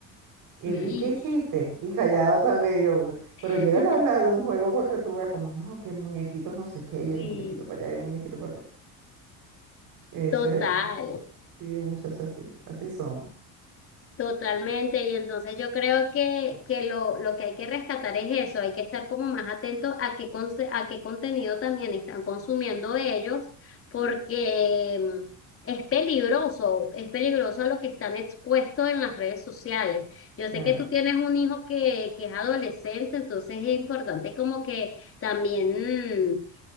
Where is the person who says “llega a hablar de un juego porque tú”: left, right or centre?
Right